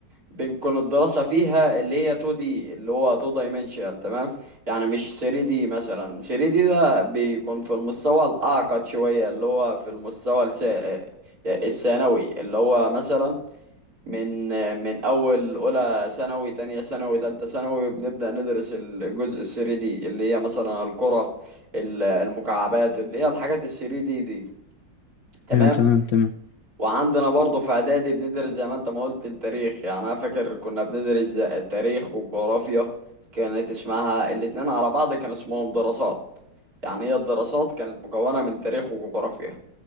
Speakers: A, on the right; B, on the left.
A: بنكون الدراسة فيها اللي هي 2D اللي هو 2 dimensional تمام يعني مش 3D مثلا 3D ده بيكون في المستوى الأعقد شوية اللي هو في المستوى الس- الثانوي اللي هو مثلا من من اول اولى ثانوي تانية ثانوي تالتة ثانوي بنبدأ ندرس الجزء ال 3 دي اللي هي مثلا الكرة ال- المكعبات اللي هي الحاجات ال 3 دي دي تمام
B: أيوه تمام تمام
A: وعندنا برضه في اعدادي بندرس زي ما انت ما قلت التاريخ يعني انا فاكر كنا بندرس زي- التاريخ وجغرافيا كانت اسمها الاتنين على بعض كان اسمهم دراسات يعني هي الدراسات كانت مكونة من تاريخ وجغرافيا